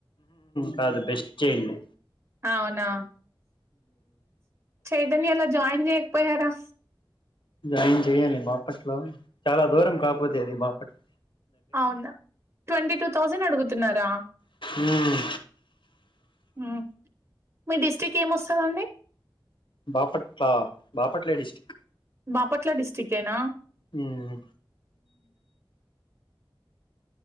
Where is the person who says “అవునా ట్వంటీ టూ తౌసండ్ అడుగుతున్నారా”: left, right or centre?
Right